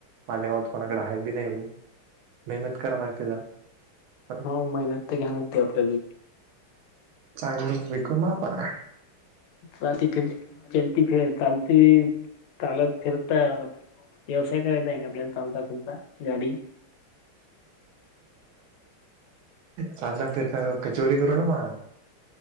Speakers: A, on the right; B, on the left.
A: माले गावत कोणाकडे आहेा बी नाही येऊ मेहनत करा लागते जरा. पण
B: होा मेहनत तर घ्या नगती आपल्याला.
A: चांगली विकू मा पण.
B: चा फिर लती फिर चालती चालत फिरता. व्यवसाय करायचा आहे आपल्याला चालता फुलता गाडी.
A: चाल ना फर. तर कचोरी कर ना म